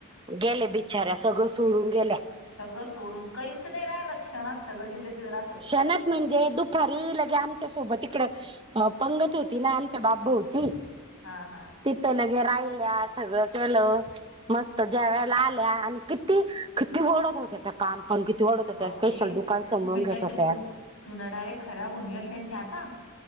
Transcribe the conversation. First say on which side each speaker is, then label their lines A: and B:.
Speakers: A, on the right; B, on the left.
A: गेले बिचाऱ्या सगळ सोडून गेल्या.
B: सगळं सोडून काहीच नाही राय लक्षणात सगळं जिथलं तिथं राहत.
A: शणत म्हणजे दुपारी लगे आमच्यासोबत इकडं. अ पंगत होती ना आमच्या बापभऊची.
B: हा हा.
A: तिथं लगे राहिल्या सगळं केलं. मस्त ज्या वेळेला आल्या आणि किती किती ओळत होत्या त्या. काम पण किती वाढतं
B: हाव
A: त्या स्पेशल
B: बाई
A: दुकान समळून
B: मी
A: घेत.
B: त्यांच्या
A: होत्या
B: सु सुना डायरेक्ट खराब होऊन गेल त्यांच्या आता.